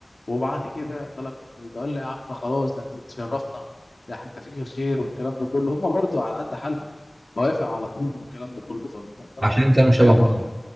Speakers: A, on the left; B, on the right.
A: وبعد كده طلب منه يقول لي يا عم خلاص ده انت تشرفنا ده انت فيك الخير والكلام ده كله هم برضو على قد حالهم موافق على طول <laughs> والكلام ده كله طلب طلب
B: عشان
A: ايديها
B: كانوا شبه
A: فهي وافقت
B: بعض